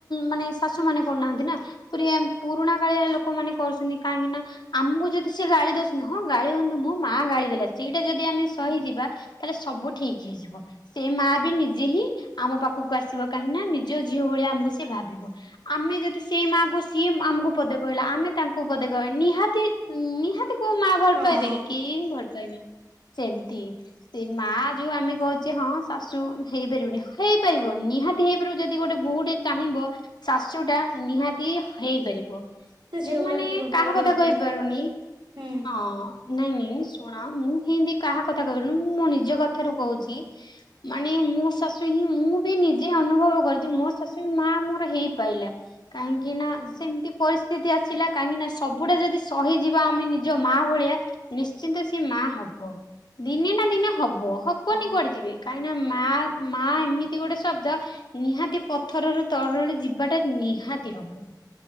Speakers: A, on the left; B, on the right.
A: ମାନେ ଶାଶୁ ମାନେ କରୁନାହାନ୍ତି ନା। ପ୍ରିଏମ୍ ପୁରୁଣା କାଳିଆରେ ଲୋକମାନୋନେ କରୁଛନ୍ତି କାହିଁକି ନା ଆମକୁ ଯଦି ସେ ଗାଳି ଦଉଛନ୍ତି ହଁ ଗାଳି ହଅନ୍ତୁ ମୋ ମା ଗାଳି ଦେଲା ସେଇଟା ଯଦି ଆମେ ସହିଯିବା
B: ହଁ
A: ତାହେଲେ ସବୁ ଠିକି ହେଇଯିବ। ସେ ମାଆ ବି ନିଜେ ହିଁ ଆମ ପାଖକୁ ଆସିବ କାହିଁକି ନା ନିଜ ଝିଅ ଭଳିଆ ଆମକୁ ସେ ଭାବିବ ଆମେ ଯଦି ସେଇ ମାକୁ ସିଏ ଆମକୁ ପଦେ କହିଲା ଆମେ ତାଙ୍କୁ ପଦେ କହିବା ନିହାତିି ନିହାତି କୋଉ ମା ଭଲ
B: ହଁ
A: ପାଇବେ କି? କେହି ଭଲ ପାଇବେନି ସେମତି ସେ ମା ଯୋଉ ଆମେ କହୁଛେ ହଁ ଶାଶୁ ହେଇପାରିବନି ହେଇପାରିବ ନିହାତି ହେଇପାରିବ ଯଦି ଗୋଟେ ବହୁଟେ ଚାହିଁବ ଶାଶୁଟା ନିହା ତି ହେଇପାରିବ
B: ସେ ଝିଅ
A: ମୁଁ
B: ଭଳିଆ
A: ମାନେ
B: ହେତିକି ଭଲ ପାଇବା
A: କାହା କଥା
B: ଦରକାର।
A: କହିପାରୁନି
B: ହୁଁ
A: ହଁ। ନାଇଁ ନାଇଁ ଶୁଣ ମୁଁ ହିଁତୀ କାହା କଥା କହପାରିବିନି ମୁଁ ମୋ ନିଜ କଥାରୁ କହୁଛି ମାନେ ମୁଁ ଶାଶୁ ହିଁ ମୁଁ ବି ନିଜେ ଅନୁଭବ କରୁଛି ମୋ ଶାଶୁ ମା ମୋର ହେଇପାଇଲା କାହିଁକି ନା
B: ହୁଁ
A: ସେମିତି ପରିସ୍ଥିତି ଆସିଲା କାହିଁକି ନା ସବୁଟା ଯଦି ସହିଯିବା ଆମେ ନି ଜ ମା ଭଳିଆ ନିଶ୍ଚିନ୍ତ ସିଏ ମା ହବ ଦିନେ ନା ଦିନେ ହବ ହବ ହବନି
B: ହଁ
A: କୁଆଡେ ଯିବେ କାହିଁକି ନା ମା ମା ଏମିତି ଗୋଟେ ଶବ୍ଦ ନିହାତି ପ ଥର ରୁ ତରଳି ଯିବାଟା ନିହାତି ହବ